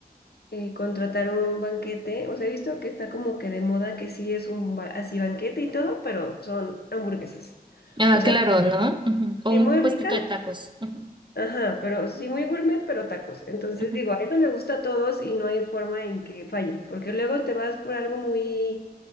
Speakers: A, on the left; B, on the right.
A: eh, contratar un banquete. O sea, he visto que está como que de moda que sí es un ba- así banquete y todo, pero son hamburguesas.
B: Ah,
A: O sea,
B: claro, ¿no? Ujú. O
A: sí
B: un
A: muy
B: puestito
A: ricas,
B: de tacos. Ujú,
A: ajá, pero sí muy gourmet, pero tacos. Entonces
B: ujú.
A: digo, a eso le gusta a todos y no hay forma en que falle, porque luego te vas por algo muy,